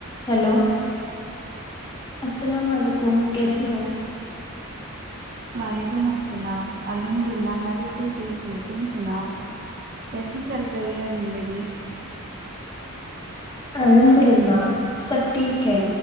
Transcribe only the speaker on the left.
hello السلام علیکم کیسی ہو
الحمد للہ سب ٹھیک ہے